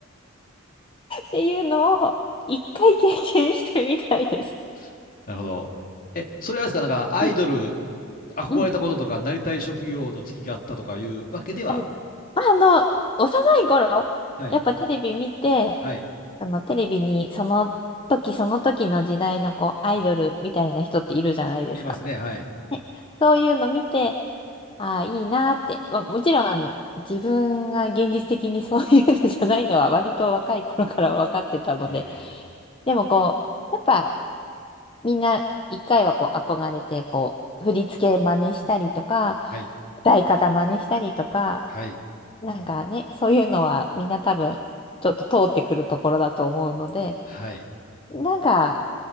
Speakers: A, on the left; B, on the left.
A: ていうのを、一回経験してみたいです。
B: <laughs> なるほど。え、それはあれですか、なんか、アイドル、
A: うん。
B: 憧れたこととか、
A: うん
B: なりたい職業の時期があったとかいうわけでは、
A: あの、まあ、あの、幼い頃、
B: はい、
A: やっぱテレビ見て、
B: はい、
A: あの、テレビにその時その時の時代のこう、アイドルみたいな人っているじゃないですか。
B: うん、いますね、はい。
A: ねそういうの見て、ああ、いいなーって。まあ、もちろん、あの、自分が現実的に <laughs> そういうのじゃないのは割と若い頃から分かってたので。
B: いえいえ、
A: でもこう、やっぱみんな一回はこう憧れて、こう、振り付け真似したりとか、
B: これはい、
A: 歌い方真似したりとか、
B: はい、
A: なんかね、そういうのはみんな多分ちょっと通ってくるところだと思うので、
B: はい。
A: なんか